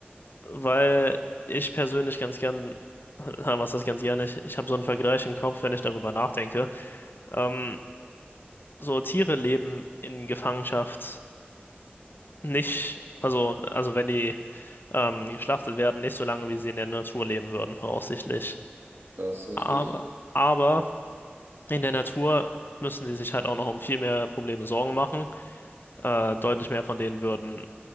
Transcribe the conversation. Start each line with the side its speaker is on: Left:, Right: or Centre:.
Left: weil ich persönlich ganz gern, na, was das ganz gern nicht, ich habe so einen Vergleich im Kopf, wenn ich darüber nachdenke. Ähm, so Tiere leben in Gefangenschaft nicht, also, also wenn die ähm, geschlachtet werden, nicht so lange, wie sie in der Natur leben würden, voraussichtlich.
Right: das ist richtig.
Left: Aber, aber in der Natur müssen die sich halt auch noch um viel mehr Probleme Sorgen machen. Äh, deutlich mehr von denen würden